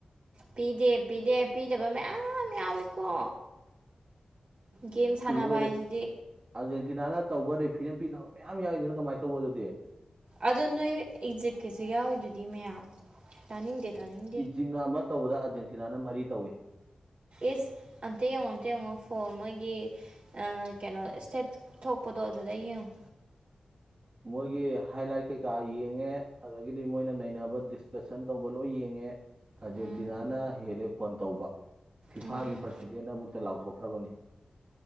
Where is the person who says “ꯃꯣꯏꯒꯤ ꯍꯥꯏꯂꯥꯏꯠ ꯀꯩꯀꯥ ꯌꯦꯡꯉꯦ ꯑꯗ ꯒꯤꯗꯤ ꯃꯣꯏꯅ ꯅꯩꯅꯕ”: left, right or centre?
Right